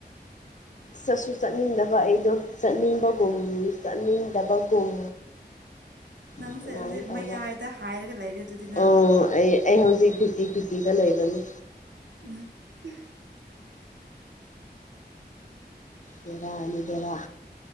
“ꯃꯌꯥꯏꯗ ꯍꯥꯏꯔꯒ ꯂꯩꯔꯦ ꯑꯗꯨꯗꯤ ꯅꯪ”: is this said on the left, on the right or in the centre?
Right